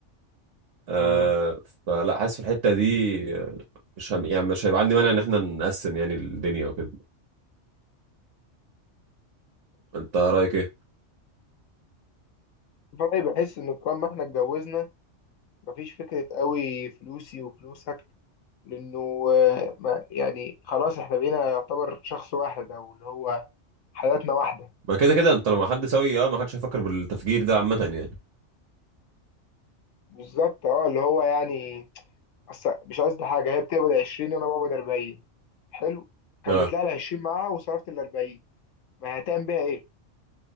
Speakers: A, on the right; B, on the left.
A: آه
B: امم
A: فلا حاسس في الحته دي آه، مش هم يعني مش هيبقى عندي مانع ان احنا نقسم يعني الدنيا وكده انت رايك ايه
B: فأنا بحس ان طالما احنا اتجوزنا مفيش فكره قوي فلوسي وفلوسك لانه آه، ما يعني خلاص احنا بقينا يعتبر شخص واحد او اللي هو حياتنا واحده
A: ما كده كده انت لما حد سوي اه ما حدش هيفكر بالتفجير ده عامه يعني
B: بالظبط اه اللي هو يعني أصل مش قصدي حاجه هي بتقبض 20 وانا بقبض 40 حلو خليت
A: اه
B: لها ال 20 معاها وصرفت ال 40 ما هتعمل بيها ايه